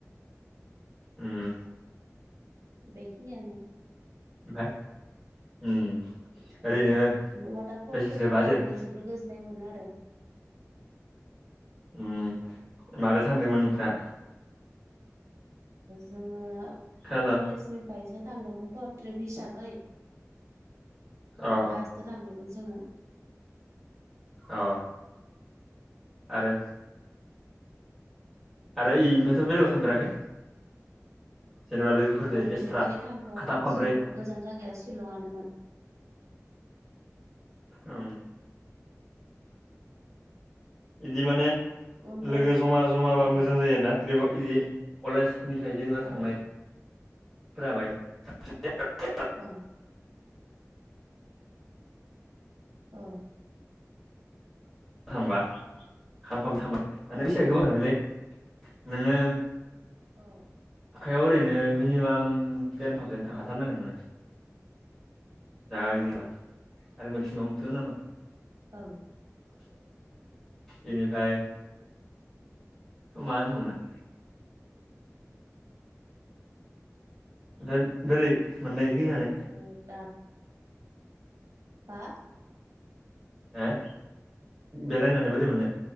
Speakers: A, in the centre; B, on the right.
A: उम
B: बेखिनियानो।
A: ओमफाय उम
B: ओ
A: ओरैनो
B: वाटार फल्सफोरखौ
A: बेसेसो बाजेट?
B: नायनानै जोबोर गोजोननाय मोनो आरो
A: उम मादो थांदोंमोन ओमफ्राय?
B: जोङो
A: खोनादों
B: कलेजनिफाय जों थांदोंमोनथ' ट्रिप हिसाबै
A: अ
B: बासजों थांदोंमोन। जोङो।
A: अ आरो आरो इनिफायथ बेलेगाव थांफेराखै? जेनेबा लोगोफोरजों
B: बिनिफ्राय
A: एक्सट्रा
B: थांथ'वाखै
A: खाथाम खाब्रै
B: शिलं गोजान जायगाया सिशलंङानोमोन। <inaudible>
A: औ बिदि माने
B: उनफोराव
A: लोगो जमा जमाबा
B: औ
A: मोजां जायो आरोना ट्रिपआव बिदि कलेज निफ्राय जेनेबा थांनाय
B: ओं
A: फोराबाय साबसिन
B: औ औ
A: थांबा फैसाया
B: औ
A: गोबां थांङोलै नोंङो
B: औ
A: आखायाव ओरैनो मिनिमाम टेन थावजेन थाखाथारनांगोन नोङो। जागा गिदिबा आरो मेक्सिमामथ' नोङो
B: औ
A: <inaudible> बेनिफ्राय मा होनबावनो ओमफ्राय बेरै मोननाय गिदिंनानै
B: अ दाथ हा
A: हो बेरायनानै बोरै मोननाय